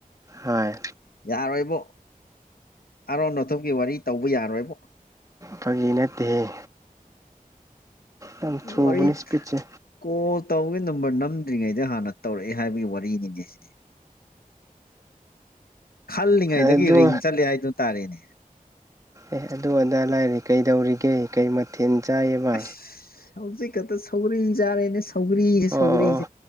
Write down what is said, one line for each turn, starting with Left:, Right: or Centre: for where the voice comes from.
Right: ꯍꯣꯏ
Left: ꯌꯥꯔꯣꯏꯕꯣ ꯑꯔꯣꯟ ꯅꯊꯨꯞꯀꯤ ꯋꯥꯔꯤ ꯇꯧꯕ ꯌꯥꯔꯣꯏꯕꯣ
Right: ꯐꯒꯤ ꯅꯠꯇꯦꯍꯦ ꯌꯥꯝ ꯊꯨꯕꯅꯤ
Left: ꯋꯔꯤꯠ
Right: ꯏꯁꯄꯤꯠꯁꯦ
Left: ꯀꯣꯜ ꯇꯧꯒꯦ ꯅꯝꯕꯔ ꯅꯝꯗ꯭ꯔꯤꯉꯩꯗ ꯍꯥꯟꯅ ꯇꯧꯔꯛꯑꯦ ꯍꯥꯏꯕꯒꯤ ꯋꯥꯔꯤꯅꯤꯅꯦ ꯁꯤꯗꯤ ꯈꯜꯂꯤꯉꯩꯗꯒꯤ
Right: ꯑꯗꯣ
Left: ꯔꯤꯡ ꯆꯠꯂꯦ ꯍꯥꯏꯗꯨ ꯇꯥꯔꯦꯅꯦ
Right: ꯑꯦ ꯑꯗꯨ ꯑꯗꯥ ꯂꯥꯏꯔꯤ ꯀꯩꯗꯧꯔꯤꯒꯦ ꯀꯩ ꯃꯊꯦꯜ ꯆꯥꯏꯌꯦꯕ
Left: ꯑꯁ ꯍꯧꯖꯤꯛ ꯈꯛꯇ ꯁꯧꯒꯔꯤ ꯆꯥꯔꯦꯅꯦ ꯁꯧꯒꯔꯤꯁꯦ ꯁꯧꯒ꯭ꯔꯤꯁꯦ
Right: ꯑꯣ ꯑꯣ